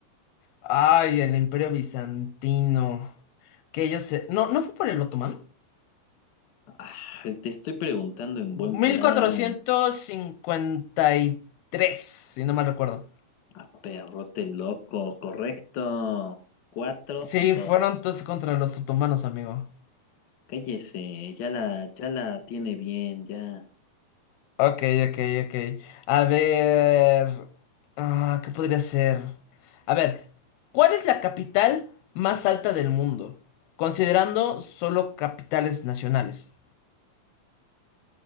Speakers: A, on the left (about 85°); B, on the left (about 50°).
A: Ay, el Imperio Bizantino. Que yo sé. No, ¿no fue por el otomano?
B: Ah, te estoy preguntando en
A: mil
B: buen plan.
A: cuatrocientos cincuenta y tres si no mal recuerdo.
B: A perrote loco, correcto. Cuatro,
A: Sí,
B: dos.
A: fueron todos contra los otomanos, amigo.
B: Cállese, ya la, ya la tiene bien, ya.
A: Ok, ok, ok. A ver. Ah, ¿qué podría ser? A ver, ¿cuál es la capital más alta del mundo? Considerando solo capitales nacionales.